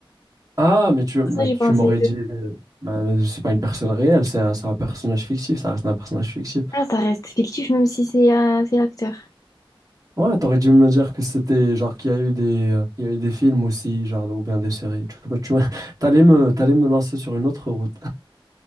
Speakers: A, on the right (about 40°); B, on the left (about 40°).
A: Ah, mais tu, mais
B: Pour ça, j'ai
A: tu
B: pensé
A: m'aurais
B: aux deux.
A: dit, euh, bah, c'est pas une personne réelle, c'est un, c'est un personnage fictif, ça reste un personnage fictif.
B: Ah, ça reste fictif même si c'est euh, c'est l'acteur.
A: Ouais, t'aurais dû me dire que c'était, genre, qu'il y a eu des, euh, il y a eu des films aussi, genre, ou bien des séries. Tu, tu, <laughs> t'allais me, t'allais me lancer sur une autre route.